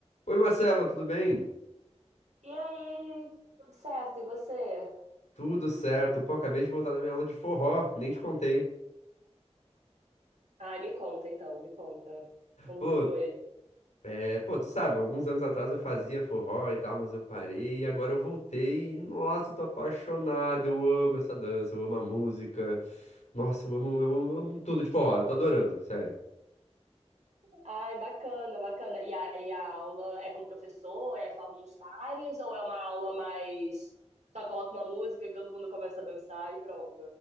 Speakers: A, on the left; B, on the right.
A: Oi Marcela, tudo bem?
B: E aí, tudo certo? E você?
A: Tudo certo. Pô, acabei de voltar da minha aula de forró, nem te contei.
B: Ai, me conta então, me conta. Como
A: Pô,
B: que foi?
A: é, pô, tu sabe, alguns anos atrás eu fazia forró e tal, mas eu parei e agora eu voltei. e, Nossa, eu tô apaixonado, eu amo essa dança, eu amo a música. Nossa, eu amo, eu amo, eu amo tudo de forró, eu tô adorando, sério.
B: Ai, bacana, bacana. E aí, a aula é com o professor? É forma uns pares? Ou é uma aula mais. Só coloca uma música e todo mundo começa a dançar e pronto?